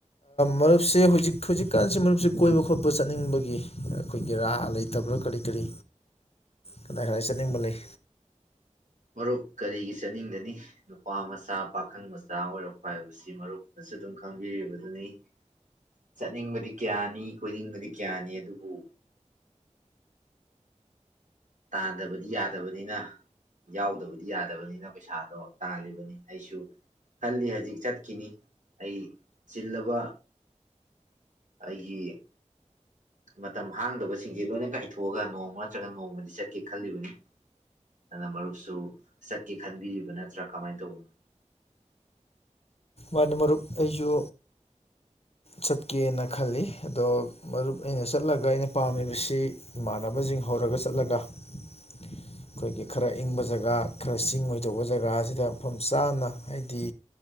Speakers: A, on the left; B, on the right.
A: ꯃꯔꯨꯞꯁꯦ ꯍꯧꯖꯤꯛ ꯍꯧꯖꯤꯛꯀꯥꯟꯁꯤꯦ ꯃꯔꯨꯞꯁꯦ ꯀꯣꯏꯕ ꯈꯣꯠꯄ ꯆꯠꯅꯤꯡꯕꯒꯤ ꯑꯩꯈꯣꯏꯒꯤꯦ ꯔꯥ ꯂꯩꯇꯕ꯭ꯔꯥ ꯀꯔꯤ ꯀꯔꯤ ꯀꯗꯥꯏ ꯀꯗꯥꯏ ꯆꯠꯅꯤꯡꯕ ꯂꯩ
B: ꯃꯔꯨꯞ ꯀꯔꯤꯒꯤ ꯆꯠꯅꯤꯡꯒꯅꯤ ꯅꯨꯄꯥ ꯃꯆꯥ ꯄꯥꯈꯪ ꯃꯆꯥ ꯑꯣꯏꯔꯛꯄ ꯍꯥꯏꯕꯁꯤ ꯃꯔꯨꯞꯇꯁꯨ ꯑꯗꯨꯝ ꯈꯪꯕꯤꯔꯤꯕꯗꯨꯅꯤ ꯆꯠꯅꯤꯡꯕꯗꯤ ꯀꯌꯥꯅꯤ ꯀꯣꯏꯅꯤꯡꯕꯗꯤ ꯀꯌꯥꯅꯤ ꯑꯗꯨꯕꯨ ꯎ ꯇꯥꯗꯕꯗꯤ ꯌꯥꯗꯕꯅꯤꯅ ꯌꯥꯎꯗꯕꯗꯤ ꯌꯥꯗꯕꯅꯤꯅ ꯄꯩꯁꯥꯗꯣ ꯇꯥꯜꯂꯤꯕꯅꯤ ꯑꯩꯁꯨ ꯈꯜꯂꯤ ꯍꯧꯖꯤꯛ ꯆꯠꯈꯤꯅꯤ ꯑꯩ ꯆꯤꯜꯂꯕ ꯑꯩꯒꯤ ꯃꯇꯝ ꯍꯥꯡꯗꯕꯁꯤꯡꯁ ꯂꯣꯏꯅ ꯀꯥꯏꯊꯣꯛꯑꯒ ꯅꯣꯡꯃ ꯅꯠꯇ꯭ꯔꯒ ꯅꯣꯡꯃꯗꯤ ꯆꯠꯀꯦ ꯈꯜꯂꯤꯕꯅꯤ ꯑꯗꯨꯅ ꯃꯔꯨꯞꯁꯨ ꯆꯠꯀꯦ ꯈꯟꯕꯤꯔꯤꯕ ꯅꯠꯇ꯭ꯔꯥ ꯀꯃꯥꯏꯅ ꯇꯧꯕꯅꯣ
A: ꯃꯥꯗꯤ ꯃꯔꯨꯞ ꯑꯩꯁꯨ ꯆꯠꯀꯦꯅ ꯈꯜꯂꯤ ꯑꯗꯣ ꯃꯔꯨꯞ ꯑꯩꯅ ꯆꯠꯂꯒ ꯑꯩꯅ ꯄꯥꯝꯃꯤꯕꯁꯤ ꯏꯃꯥꯟꯅꯕꯁꯤꯡ ꯍꯧꯔꯒ ꯆꯠꯂꯒ ꯑꯩꯈꯣꯏꯒꯤ ꯈꯔ ꯏꯪꯕ ꯖꯒꯥ ꯈꯔ ꯆꯤꯡ ꯑꯣꯏꯗꯣꯛꯄ ꯖꯒꯥꯁꯤꯗ ꯃꯐꯝ ꯆꯥꯅ ꯍꯥꯏꯗꯤ